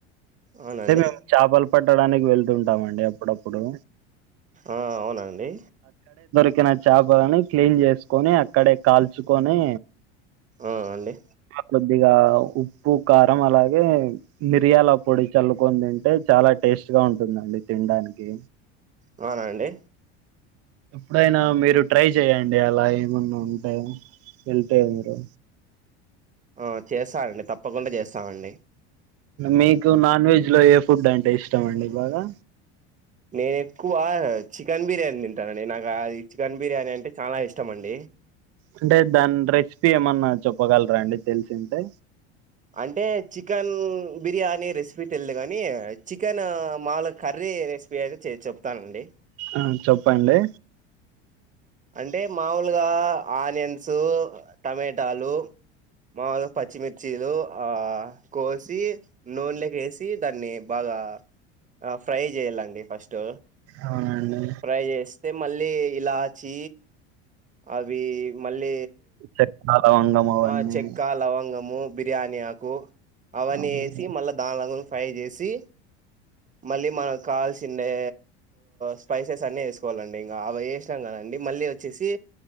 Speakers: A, on the right (about 20°); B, on the right (about 45°).
A: అవునండి
B: అంటే మేము చేపలు పట్టడానికి వెళ్తుంటామండి అప్పుడప్పుడు,
A: ఆ అవునాఅండి.
B: తక్కిన చేపలని క్లీన్ చేసుకొని అక్కడే కాల్చుకొని,
A: ఆ అండి
B: కొద్దిగా ఉప్పు, కారం అలాగే మిరియాల పొడి చల్లుకొని తింటే చాలా టేస్ట్. బెస్ట్ గా ఉంటుందండి తినడానికి.
A: అవునానండి?
B: ఎప్పుడైనా మీరు ట్రై చెయ్యడి అలా ఏమన్నా ఉంటాయో. అంతే అంతే
A: ఆ చేస్తానండి తప్పకుండా చేస్తామండి.
B: మీకు నాన్ వెజ్ లో ఏ ఫుడ్ అంటే ఇష్టం అండి? బాగా
A: నేను ఎక్కువ చికెన్ బిర్యానీ తింటానండి. నాకు అది చికెన్ బిర్యానీ అంటే చాలా ఇష్టం అండి.
B: అంటే దాని రెసిపీ ఏమన్నా చెప్పగలరా అండి? తెలిసింటే
A: అంటే చికెన్ బిర్యానీ రెసిపీ తెలిదు కానీ చికెన్ మాములు కర్రీ రెసిపీ అయితే చెప్తానండి.
B: ఆ చెప్పండి.
A: అంటే మామూలుగా ఆనియన్స్ టమేటాలు. మా పచ్చిమిర్చి చ్చీలు ఆ కోసి నూనెలోకేసి దాన్ని బాగా ఆ ఫ్రై చేయాలండి ఫస్ట్
B: అవునండి
A: ఫ్రై చేస్తే మళ్ళీ ఇలా ఛీ అవి మళ్ళీ.
B: చెక్క లవంగం అవన్నీ
A: ఆ చెక్క లవంగము బిర్యాని ఆకు అవన్నీ
B: అవును.
A: వేసి మళ్ళా దానిలో ఫై చేసి మళ్ళీ మనం కాల్సి ఉండే స్పైసెస్ అన్ని వేసుకోవాలండి ఇంకా అవి వేసినాం కద డి మళ్ళీ వచ్చేసి